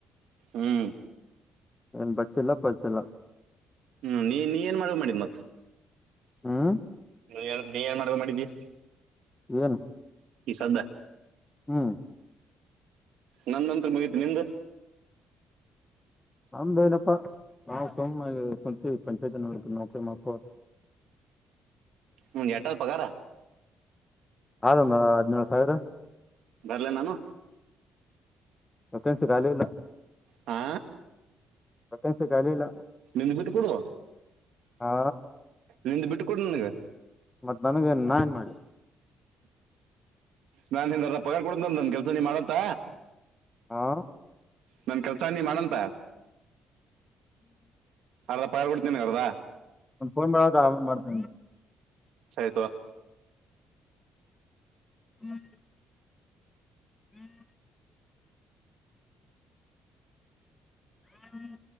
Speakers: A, on the right (about 80°); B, on the left (about 15°).
A: ಹ್ಮ್
B: ಏನ್ ಬಚ್ಚಿಲ್ಲ ಪಚಿಲ್ಲ
A: ಹ್ಮ್ ನೀ ನೀ ಏನ್ ಮಾಡ ಮಾಡಿದ್ ಮತ್
B: ಹ್ಮ್
A: ನೀ ನೀ ಏನ್ ಮಾಡ್ಬೇಕ ಮಾಡಿದಿ
B: ಏನು
A: ಈ ಸದ್ದ
B: ಹ್ಮ್
A: ನಂದಂತತ್ರ ಮುಗತಿು ನಿಂದ
B: ನಮ್ದು ಏನಪ್ಪಾ ನಾವು ಸೋಮ್ ಕುಂತ ಪಂಚಾಯತಿ ನೋ ನೌಕರಿ ಮಾಡ್ಕೋತ್
A: ಹ ಹಟಲ್ ಪಕಾರಾರ
B: ಆದದಂದು ಹದ್ಿನೇಳಳ್ು ಸಾವಿರ
A: ಬರ್ಲ ನಾನು
B: ನ್ಸಗಾಲ ಇಲ್ಲ
A: ಹಾ
B: ಕನ್ಸ ಕಾಲ ಇಲ್ಲ
A: ನಿಮ್ದ ಬಿಟ್ಟ ಕೊಡುುವ
B: ಹಾ
A: ನಿಂದು ಬಿಟ್ಟು ಕೊಡ ನನಗೆ
B: ಮತ್ತ್ ನನಗೆ ನಾ ಏನ್ ಮಾಡಿ
A: ನಾನ್ ಎಾರ ಪಾರ್ ಕೊಡ ನನ್ ಕೆಲ್ಸ ನೀ ಮಾಡತ್ತ
B: ಹಾ
A: ನನ್ ಕೆಲ್ಸ ನೀ ಮಾಡಂತ ಅರ್ಧ ಪಗಾರ ಕೊಡ್ತೀನಿ ನಿನಗ್ ಅರ್ಧ
B: ಒ ಫೋನ್ ಮಾಡ ಆ ಮಾಡ್ತ
A: ಸಹತವಾ
B: ಹ್ಮ್ ಹ್ಮ್ ಹ್ಮ್